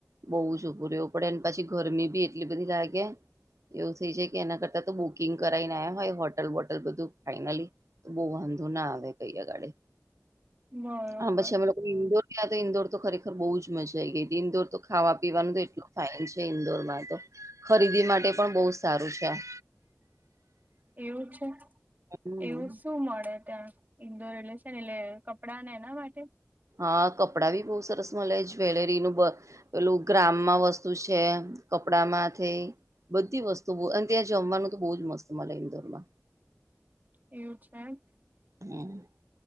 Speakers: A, on the right; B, on the right.
A: બહુ છોપું રવું પડે એને પછી ગરમી બી એટલી બધી લાગે. એવું થઈ જાય કે એના કરતાં તો બુકિંગ કરાવને આવ્યા હોય હોટલ બોટલ બધું ફાઈનલી. બહુ વાંધો ના આવે કઈગાળે.
B: બરોબર
A: હા પછી અમે લોકો ઇન્ડોર ગયા ઇન્ડોર તો ખરેખર બહુ જ મજા આઈ ગઈ હતી ઇન્ડોર તો ખાવા પીવાનું તો એટલ ફાઇન છે ઇન્દોરમાં તો ખરીદી માટે પણ બહુ સારું છે આ
B: એવું છે
A: હમ
B: એવું શું મળે ત્યાં. ઇન્ડોર રિલેશન એટલે કપડા ને એના માટે
A: હા કપડા બહુ સરસ મળે જ્વેલરીનું બ. પેલું ગ્રામમાં વસ્તુ છે કપડામાંથી બધી વસ્તુ અને ત્યાં જમવાનું તો બહુ જ મસ્ત મલે ઇન્દોરમાં.
B: એવું છે એમ.
A: હમ <inaudible> <unintelligible> <inaudible>